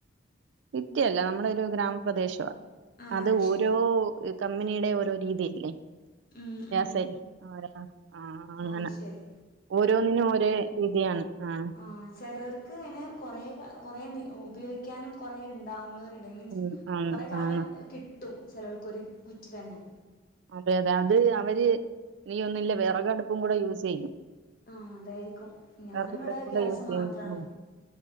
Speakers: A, on the right (about 70°); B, on the left (about 50°).
A: സിറ്റിയല്ല നമ്മടെ ഗ്രാമപ്രദേശവാ.
B: ആഹ്
A: അത്
B: അയ്
A: ഓരോ
B: ശരി.
A: കമ്പനിയുടെ ഓരോ രീതിയല്ലേ.
B: ഉം ഉം
A: സൈ <unintelligible> ആരാ ആഹ അങ്ങനെ
B: ആഹ് അയ് ശരി
A: ഓരോന്നിനും ഓരോ രീതിയാണ് ആഹ്
B: ആ ചിലവർക്ക് കൊറേ കൊറേ ഉപയോഗിക്കാനും കൊറേ ഉണ്ടാവുന്ന <unintelligible>
A: ഉം ആണ്
B: കൊറേ കാലം
A: ആണ്
B: കിട്ടും ചെലോൽക്ക് ഒരു കുറ്റി തന്നെ
A: അതെ അതെ അത് അവര് ഇനിയൊന്നും ഇല്ലേ വിറകടുപ്പും കൂടെ യൂസ് ചെയ്യും
B: ആഹ് അതായിരിക്കും ഞാനും
A: വിറകടുപ്പും
B: ഇവിടെ
A: കൂടെ
B: ഗ്യാസ്
A: യൂസ് ചെയ്യും
B: മാത്രാണ്.
A: ഉം